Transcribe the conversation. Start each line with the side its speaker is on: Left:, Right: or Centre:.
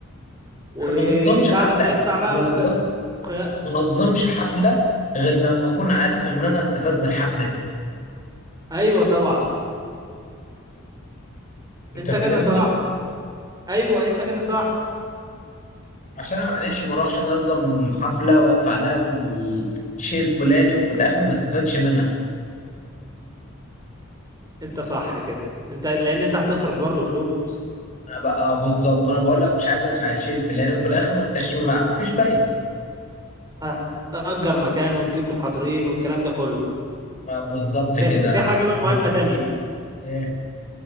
Right: وبعد
Left: انا ما نظمش حفله
Right: ما يدفع بقى
Left: ما نظم
Right: وخ... وخ...
Left: ما نظمش حفله غير لما اكون عارف ان انا استفاد من الحفله دي
Right: ايوه طبعا
Left: انت
Right: انت
Left: فاهمني
Right: كده صح ايوه انت كده صح
Left: عشان انا معلش ما اروحش انظم حفله وادفع لها الشيء الفلاني وفي الاخر ما استفادش منها
Right: انت صح كده انت لان انت هتصرف برضه فلوس
Left: انا بقى آه بالظبط ما انا بقول لك مش عايز ادفع الشيء الفلاني وفي الاخر ما بقاش ما ما فيش فايده
Right: هتأجر مكان وتجيب محاضرين والكلام ده كله
Left: آه بالظبط
Right: في,
Left: كده
Right: في حاجة بقى
Left: آه،
Right: مهمة تانية
Left: ايه